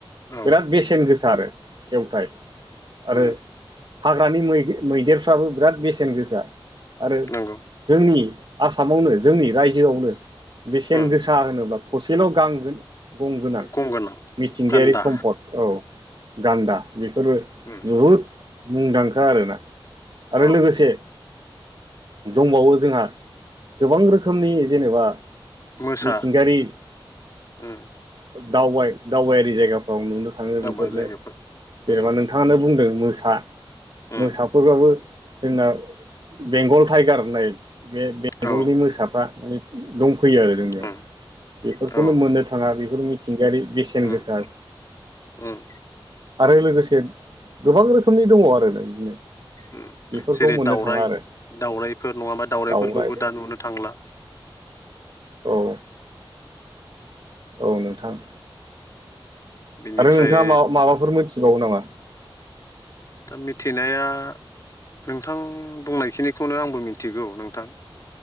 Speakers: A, on the left (about 40°); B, on the right (about 60°).
A: औ
B: बिराद बेसेन गोसा आरो खेवथायाइ आरो
A: उम
B: हाग्रानि मैदे-मैदेरफ्राबो बिराद बेसेन गोसा आरो
A: नंगौ
B: जोंनि आसामावनो जोंनि रायजोआवनो बेसेन
A: उम
B: गोसा होनोब्ला थसेल' गांगोन गंगोनां
A: गंगोनां
B: मिथिंगायारि
A: गान्दा
B: सम्फद‌। औ गान्दा बेफोरबो
A: उम
B: बहुद मुंदांखा आरोना। आरो
A: औ
B: लोगोसे दंबावो जोंहा गोबां रोखोमनि जेनेबा
A: मोसा
B: मिथिंगायारि
A: उम
B: दावबाय दावबायारि जायगाफ्राव नुनो थाङो
A: दावबारि
B: बेफोरनो
A: जायगाफोर
B: जेनेबा
A: उम
B: नोंथांङानो बुंदों मोसा
A: उम
B: मोसा बेफोरबाबो जोंना बेंगल टाइगार होननाय बे बेंगलनि
A: औ
B: मोसाफ्रा माने दंफैयो आरो जोंनियाव
A: उम
B: बेफोरखौनो
A: औ
B: मोननो था थांङा बेफोर मिथिंगायारि बेसेन
A: उम
B: गोसा।
A: उम
B: आरो लोगोसे गोबां रोखोमनि दंङ आरोना बिदिनो।
A: उम
B: बेफोरखौ
A: जेरै
B: मोननो
A: दाउराइ
B: थाङा आरो
A: दाउरायफोर नंङाबा दाउरायफोरखौबो
B: दावराइ
A: दा नुनो थांला।
B: औ औ नोंथां
A: बिनिफ्राय
B: आरो नोंथांङा मा-माबाफोर मिथिबावो नामा?
A: दा मिथिनाया नोंथां बुंनायखिनिखौनो आंबो मिन्थिगौ नोंथां।